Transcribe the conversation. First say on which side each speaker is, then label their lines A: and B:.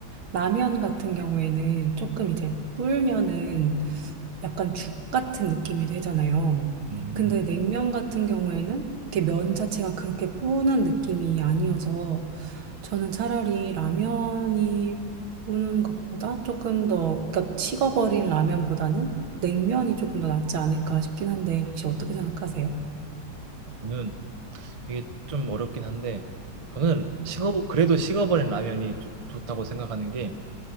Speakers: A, on the right; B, on the right.
A: 라면 같은 경우에는 조금 이제 불면은 약간 죽 같은 느낌이 되잖아요.
B: 음,
A: 근데 냉면 같은 경우에는 이렇게 면 자체가 그렇게 뿌는 느낌이 아니어서 저는 차라리 라면이 뿌는 것보다 조금 더, 그러니까 식어버린 라면보다는 냉면이 조금 더 낫지 않을까 싶긴 한데 혹시 어떻게 생각하세요?
B: 저는 이게 좀 어렵긴 한데 저는 식어 그래도 식어버린 라면이 좋- 좋다고 생각하는 게